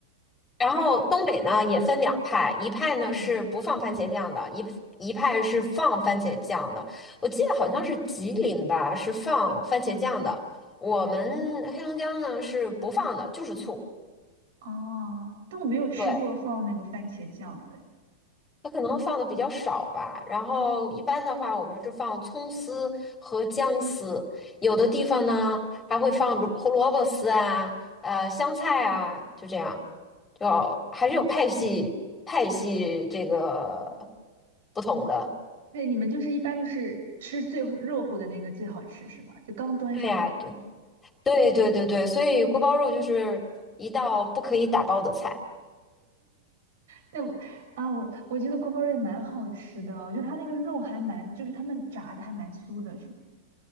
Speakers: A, on the left; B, on the right.
A: 然后东北呢也分两派，一派呢是不放番茄酱的，
B: 嗯，
A: 一一派是放番茄酱的。我记得好像是吉林吧，是放番茄酱的。我们黑龙江呢是不放的，就是醋。
B: 哦，但我没有吃过放那个番茄酱的诶
A: 对。它可能放的比较少吧，然后一般的话，我们是放葱丝和姜丝，有的地方呢还会放萝胡萝卜丝啊，呃，香菜啊，就这样，就还是有派系派系这个不同的。
B: 对，你们就是一般就是吃最热乎的那个最好吃是吗？就刚端上来的。
A: 对呀，对对对对对，所以锅包肉就是一道不可以打包的菜。
B: 对我啊，我我觉得锅包肉也蛮好吃的，我觉得它那个肉还蛮，就是他们炸的还蛮酥的，是，